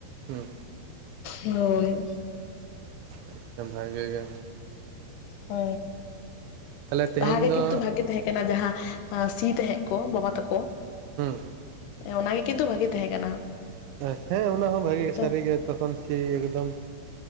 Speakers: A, on the right; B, on the left.
A: ᱦᱩᱸ
B: ᱦᱳᱭ
A: ᱟᱪᱪᱷᱟ ᱵᱷᱟᱜᱮ ᱜᱮ
B: ᱦᱳ
A: ᱛᱟᱦᱚᱞᱮ ᱛᱮᱦᱮᱧ
B: ᱞᱟᱦᱟ ᱜᱮ
A: ᱫᱚ
B: ᱠᱤᱱᱛᱩ ᱵᱷᱟᱜᱤ ᱛᱟᱦᱮᱸ ᱚᱱᱟ ᱡᱟᱦᱟᱸ ᱥᱤ ᱛᱟᱦᱮᱸᱜ ᱠᱚ ᱵᱟᱵᱟ ᱛᱟᱠᱚ
A: ᱦᱩᱸ
B: ᱦᱮᱸ ᱚᱱᱟᱜᱮ ᱠᱤᱱᱛᱩ ᱵᱷᱟᱜᱤ ᱛᱟᱦᱮᱸ ᱠᱟᱱᱟ
A: ᱟᱪᱪᱷᱟ ᱚᱱᱟ ᱦᱚᱸ ᱵᱷᱟᱜᱤ ᱜᱮ
B: ᱛᱚ
A: ᱥᱟᱹᱨᱤ ᱜᱮ ᱛᱚᱠᱷᱚᱱ ᱥᱤ ᱮᱠᱫᱚᱢ